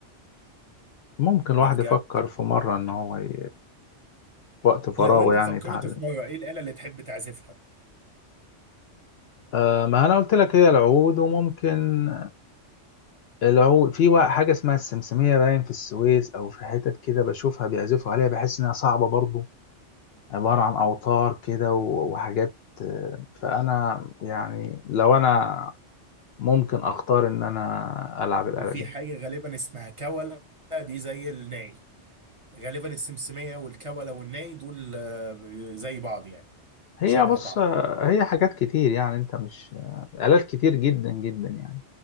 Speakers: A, on the left; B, on the right.
A: ممكن
B: ده
A: الواحد
B: بجد
A: يفكر في مرة ان هو ي... وقت فراغه
B: لو انت
A: يعني
B: فكرت
A: يتعلم
B: في مره ايه الاله اللي تحب تعزفها
A: آه ما انا قلت لك هي العود وممكن العود في وا- حاجة اسمها السمسمية باين في السويس او في حتت كده بشوفها بيعزفوا عليها بحس انها صعبة برضو عبارة
B: اه
A: عن اوتار كده و- وحاجات آه، فانا يعني لو انا ممكن اختار ان انا العب الآلة
B: وفي
A: دي
B: حاجة غالبا اسمها كولة دي زي الناي غالبا السمسمية والكولة والناي دول آه، زي بعض يعني
A: هي
B: شبه
A: بص
B: بعض
A: هي حاجات كتير يعني انت مش آلات كتير جدا جدا يعني